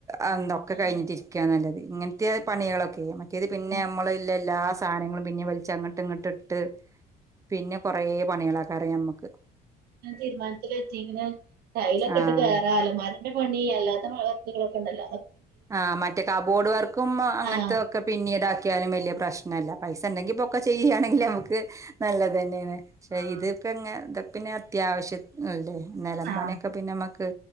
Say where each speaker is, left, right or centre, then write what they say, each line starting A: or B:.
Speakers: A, on the right; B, on the right.
A: അന്തൊക്കെ
B: ആഹ്
A: കഴിഞ്ഞിട്ടിരിക്കുക നല്ലത് ഇങ്ങനത്തെ പണികളൊക്കെ മറ്റേ ത് പിന്നെ
B: ആഹ്
A: നമ്മളല്ല എല്ലാ സാധനങ്ങളും പിന്നെ വലിച് അങ്ങട്ട് ഇങ്ങോട്ട് ഇട്ട് പിന്നെ കൊറെ പണികലേക്കാരം നമ്മക്ക്.
B: ഞാൻ തീരുമാനത്തില എത്തിങ്ങ ടൈലൊക്കെ
A: ആഹ്
B: ഇട്ട് കയറാ ആലമാര ന്റെ പണി അല്ലാത്ത വർക്കുകളൊക്കെണ്ടല്ല.
A: ആഹ് മറ്റേ കാബോർഡ് വർക്കും അങ്ങനതൊക്കെ.
B: ആഹ്
A: പിന്നീടാക്കിയാലും വലിയ പ്രശ്നല്ല പൈസ ഉണ്ടെങ്കി ഇപ്പൊക്കെ ചെയ്യുകയാണെങ്കിൽ നമുക്ക് നല്ലത് തന്നെയാണ് പക്ഷേ
B: ആഹ്
A: ഇത്പ്പോ എ ഇതൊ പിന്നെ അത്യാവശ്യ അല്ലേ നിലമ്പണിയൊക്കെ
B: ആഹ്
A: പിന്നെ നമ്മക്ക്